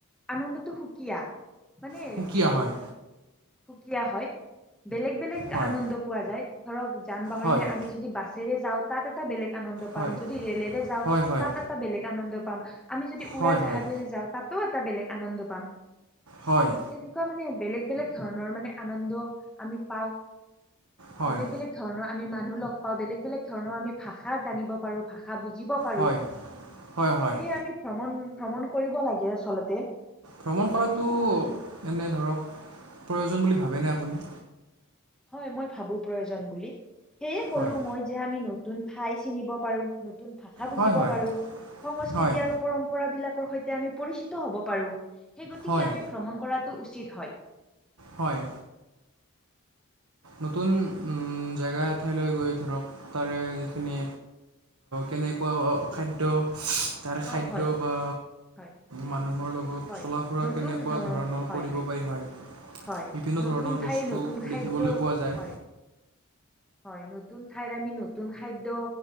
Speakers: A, in the centre; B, on the right (about 80°).
A: আনন্দটো সুকীয়া। মানে
B: সুকীয়া হয়
A: সুকীয়া হয়। বেলেগ বেলেগ
B: হয়
A: আনন্দ পোৱা যায়, ধৰক যান বাহনে
B: হয়
A: আমি যদি বাছেৰে যাওঁত তাত এটা বেলেগ আনন্দ পাম।
B: হয়
A: যদি ৰেলেৰে যাওঁ
B: হয় হয়
A: তাত এটা বেলেগ আনন্দ পাম। আমি যদি
B: হয়
A: উৰা জাহাজেৰে
B: হয়
A: যাওঁ তাতো এটা বেলেগ আনন্দ পাম।
B: হয়।
A: তেনেকুৱা মানে বেলেগ বেলেগ ধৰণৰ মানে আনন্দ আমি পাওঁ,
B: হয়
A: বেলেগ বেলেগ ধৰণৰ আমি মানুহ লগ পাওঁ, বেলেগ বেলেগ ধৰণৰ আমি ভাষা জানিব পাৰো, ভাষা বুজিব পাৰো।
B: হয় হয় হয়
A: সেয়ে আমি ভ্ৰমণ ভ্ৰমণ কৰিব লাগে। আচলতে
B: ভ্ৰমণ কৰাতো এনে ধৰক প্ৰয়োজন বুলি ভাবেনে আপুনি?
A: হয় মই ভাবো প্ৰয়োজন বুলি। সেয়ে ক'লো
B: হয়
A: মই যে আমি নতুন ঠাই চিনিব পাৰো নতুন ভাষা বুজিব
B: হয় হয়
A: পাৰো, সংস্কৃতি
B: হয়
A: আৰু পৰম্প পৰা বিলাকৰ সৈতে আমি পৰিচিত হ'ব পাৰো, সেই গতিকে
B: হয়
A: আমি ভ্ৰমণ কৰাটো উচিত হয়।
B: হয়। নতুন জেগা এঠাইলৈ গৈ ধৰক তাৰে যিখিনি কেনেকুৱা খাদ্য তাৰ
A: অ
B: খাদ্য
A: হয়
B: বা
A: হয়
B: মানুহৰ লগত
A: হয়
B: চলা ফুৰা
A: নতুন
B: কেনেকুৱা
A: অ
B: ধৰণৰ
A: হয়
B: কৰিব পাৰি, হয়।
A: হয়
B: বিভিন্ন
A: নতুন
B: ধৰণৰ
A: ঠাইৰ
B: বস্তু
A: নতুন খাদ্য,
B: দেখিবলৈ পোৱা যায়
A: হয় হয় নতুন ঠাইত আমি নতুন খাদ্য